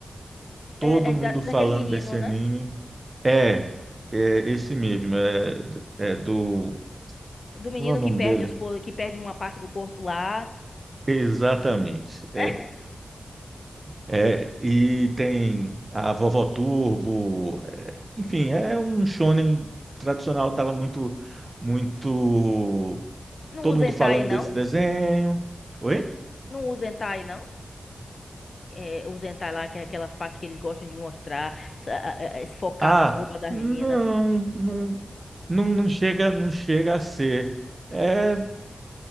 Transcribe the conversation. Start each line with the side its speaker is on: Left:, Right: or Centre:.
Right: todo
Left: É, é
Right: mundo
Left: da-
Right: falando
Left: daquele menino,
Right: desse anime.
Left: né?
Right: É, é esse mesmo, é, é do
Left: Do menino
Right: Como é o nome
Left: que perde
Right: dele?
Left: os, po- que perde uma parte do corpo lá.
Right: Exatamente. É,
Left: <laughs>
Right: é, e tem a Vovó Turbo, é, enfim, é um shonen tradicional, tava muito, muito,
Left: Não
Right: todo
Left: usa
Right: mundo
Left: hentai,
Right: falando
Left: não?
Right: desse desenho. Oi?
Left: Não usa hentai, não? É, usa hentai lá, que é aquela parte que eles gostam de mostrar, sa- a- a- a- focar
Right: Ah,
Left: nas roupas das
Right: não,
Left: meninas.
Right: não, não, não chega, não chega a ser. É,